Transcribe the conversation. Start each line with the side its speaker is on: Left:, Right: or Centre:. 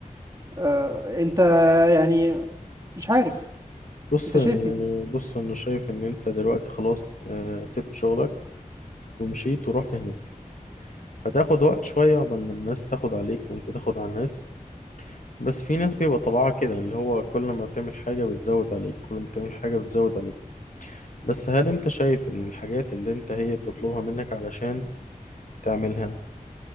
Right: آه انت يعني مش عارف
Left: بص
Right: انت
Left: آه،
Right: شايف ايه
Left: بص انا شايف ان انت دلوقتي خلاص آه، سبت شغلك ومشيت ورحت هناك هتاخد وقت شوية عقبال ما الناس تاخد عليك وانت تاخد على الناس بس في ناس بيبقى طبعها كده يعني اللي هو كل ما بتعمل حاجة بتزود عليك كل ما بتعمل حاجة بتزود عليك بس هل انت شايف ان الحاجات اللي انت هي بتطلبها منك علشان تعملها